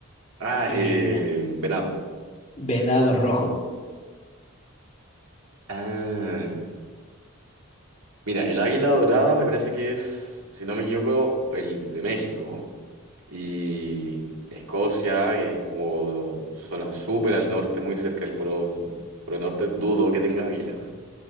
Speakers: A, on the right (about 80°); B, on the left (about 35°).
A: Ah,
B: Deer,
A: eh, venado.
B: venado rojo.
A: Ah, mira, el águila dorada me parece que es, si no me equivoco, el de México. Y Escocia, que es como zona súper al norte, muy cerca del polo, polo norte, dudo que tenga águilas.